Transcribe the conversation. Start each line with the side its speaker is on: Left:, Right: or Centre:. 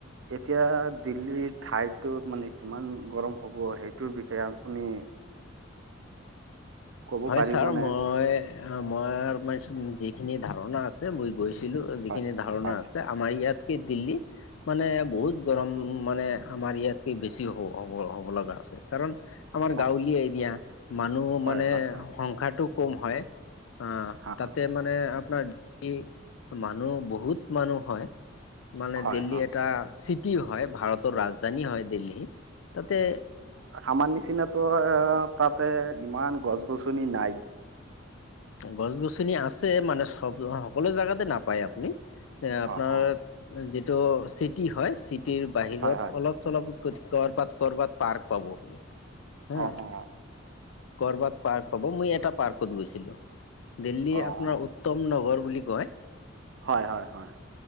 Right: এতিয়া দিল্লীৰ ঠাইতোত মানে কিমান গৰম হব হে সেইটোৰ বিষয়ে আপুনি ক'ব
Left: হয়
Right: পাৰিবনে
Left: ছাৰ মই মই যিখিনি ধাৰণা আছে মই গৈছ ছিলো যিখিনি
Right: হয়
Left: ধাৰণা
Right: হয়
Left: আছে আমাৰ ইয়াতকে দিল্লী মানে বহুত গৰম মানে আমাৰ ইয়াতকে বেছি হ হব হ'ব লগা আছে কাৰণ আমাৰ
Right: অ'
Left: গাঁৱলীয়া এৰিয়া মানুহ
Right: হয়
Left: মানে
Right: হয় হয়
Left: সংসাৰটো কম হয় আ
Right: হয়
Left: তাতে মানে আপোনাৰ মানুহ বহুত মানুহ হয় মানে
Right: হয়
Left: দিল্লী
Right: হয়।
Left: এটা চিটি হয় ভাৰতৰ ৰাজ ৰাজধানী হয় দিল্লী তাতে
Right: অমাৰ নিচিনাতো তাতে ইমান গছ গছনি নাই
Left: গছ গছনি আছে মানে চব সকলো জেগাতে নাপায় আপুনি এ আপোনাৰ
Right: অ' অ'
Left: যিটো চিটি হয় চিটিৰ বাহিৰত
Right: হয় হয়
Left: অলপ চলপ কৰবাত কৰ'বাত পাৰ্ক পাব হা
Right: অ অ
Left: কৰবাত পাৰ্ক পাব মই এটা পাৰ্কত গৈছিলো দিল্লী
Right: অ'
Left: আপোনাৰ উত্তম নগৰ বুলি কয়
Right: হয় হয় হয়